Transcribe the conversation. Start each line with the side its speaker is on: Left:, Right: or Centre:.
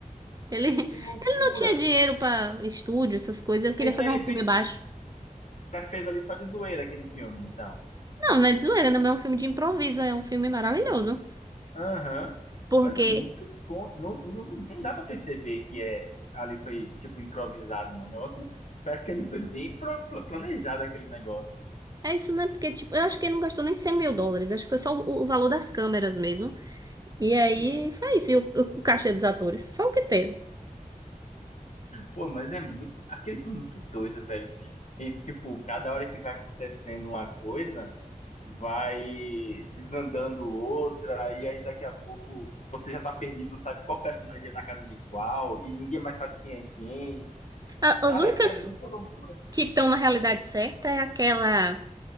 Right: ele,
Left: Oxe,
Right: <laughs> ele
Left: que loucura!
Right: não tinha dinheiro pra estúdio, essas coisas, ele queria
Left: Então
Right: fazer
Left: ele
Right: um filme
Left: fez,
Right: baixo.
Left: fez ali só de zoeira aquele filme, então.
Right: Não, não é de zoeira, não é um filme de improviso, é um filme maravilhoso,
Left: Aham.
Right: porque...
Left: Mas é muito bom. Não, não, não dá pra perceber que é ali foi tipo improvisado, não. O negócio parece que ali foi bem pro- pla- planejado aquele negócio.
Right: É isso, né? Porque, tipo, eu acho que ele não gastou nem cem mil dólares. Acho que foi só o, o valor das câmeras mesmo. E aí,
Left: Sim.
Right: foi isso. E o, o cachê dos atores. Só o que teve.
Left: Pô, mas é muito. Aquele filme é muito doido, velho. E tipo, cada hora que vai acontecendo uma coisa, vai desandando outra, e aí daqui a pouco você já tá perdido, não sabe qual personagem é da casa de qual, e ninguém mais sabe quem é quem.
Right: A-
Left: Cara,
Right: as únicas
Left: é muita loucura.
Right: que estão na realidade certa é aquela...